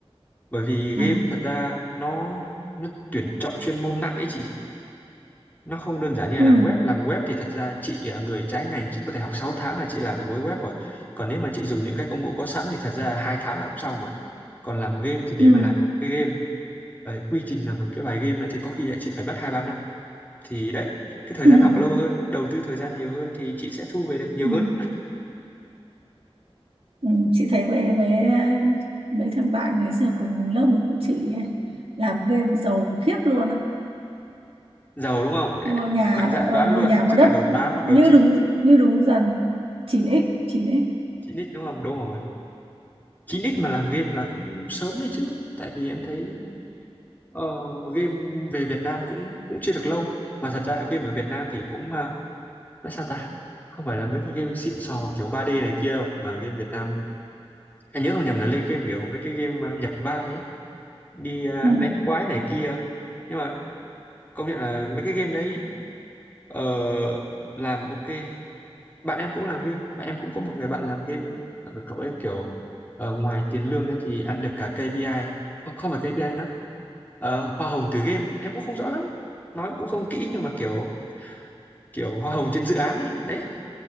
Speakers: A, on the left; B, on the right.
A: bởi vì
B: ừ.
A: game thật ra nó nó tuyển chọn chuyên môn nặng ấy chị nó không đơn giản như là
B: Ừ.
A: làm web làm web thì thật ra chị à, người trái ngành chị có thể học 6 tháng là chị làm được mối web rồi còn nếu mà chị dùng những cái công cụ có sẵn thì thật ra hai tháng là cũng xong rồi còn làm game thì để
B: Ừ.
A: mà làm cái game ờ, quy trình làm một cái bài game nữa thì có khi là chị phải mất hai ba năm thì đấy cái thời
B: Ừ.
A: gian
B: Ừ.
A: học lâu hơn đầu tư thời gian nhiều hơn thì chị sẽ thu về được nhiều
B: ừ.
A: hơn
B: Ừ, chị thấy với với mấy thằng bạn ngày xưa cùng lớp mình cũng chị ấy, làm game giàu khiếp luôn á
A: giàu đúng không
B: mua nhà
A: Lại mạnh dạn
B: ở
A: đoán
B: mua
A: luôn
B: nhà mua
A: chắc
B: đất
A: là đầu 8 hoặc đầu
B: như
A: chín
B: đúng như đúng dần 9x 9x
A: chín x đúng không đúng rồi chín x mà làm game là cũng sớm đấy chứ tại vì em thấy Ờ, game về Việt Nam cũng cũng chưa được lâu mà thật ra game ở Việt Nam thì cũng à, nói sao ta không phải là mấy cái game xịn sò kiểu 3D này kia đâu mà game Việt Nam anh nhớ không nhầm là lên game kiểu mấy cái game à, nhập vai ấy, đi à,
B: ừ.
A: đánh quái này kia nhưng mà công nhận là mấy cái game đấy ờ, làm ok bạn em cũng làm game bạn em cũng có một người bạn làm game Ờ, cậu ấy kiểu ờ, ngoài tiền lương ra thì ăn được cả KPI không không phải KPI nó ờ, hoa hồng từ game ấy em cũng không rõ lắm nói cũng không kỹ nhưng mà kiểu kiểu hoa hồng trên dự án ấy đấy